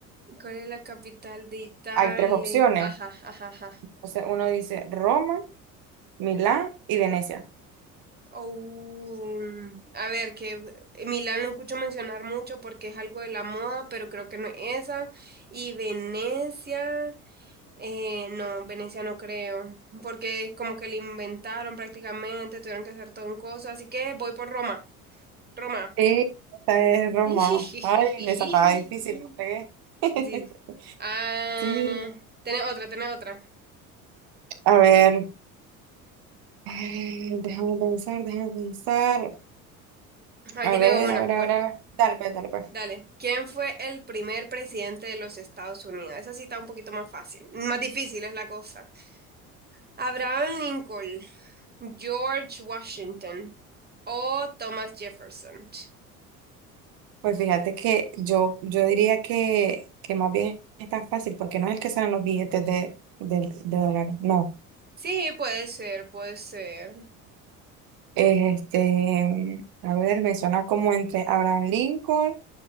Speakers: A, on the right; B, on the right.
A: ¿Cuál es la capital de Italia?
B: Hay tres opciones.
A: Ajá, ajá, ajá.
B: Entonces uno dice Roma, Milán y Venecia.
A: Oh, a ver, que Milán lo escucho mencionar mucho porque es algo de la moda, pero creo que no es esa. Y Venecia, eh, no, Venecia no creo, porque es como que le inventaron prácticamente, tuvieron que hacer todo un coso, así que voy por Roma, Roma.
B: Sí, Esta es Roma.
A: <laughs>
B: Ay, esa estaba difícil, no pegué. <laughs>
A: Sí. Ah,
B: sí.
A: tenés otra, tenés otra.
B: A ver, eh, déjame pensar, déjame pensar.
A: Aquí
B: A
A: tengo
B: ver,
A: una,
B: a ver, a
A: pues.
B: ver, a ver. Dale, pues, dale, pues.
A: Dale. ¿Quién fue el primer presidente de los Estados Unidos? Esa sí está un poquito más fácil, más difícil es la cosa. Abraham Lincoln, George Washington o Thomas Jefferson.
B: Pues fíjate que yo, yo diría que, que más bien es tan fácil porque no es el que salen los billetes de, de, de dólares. No.
A: Sí, puede ser, puede ser.
B: Este, a ver, me suena como entre Abraham Lincoln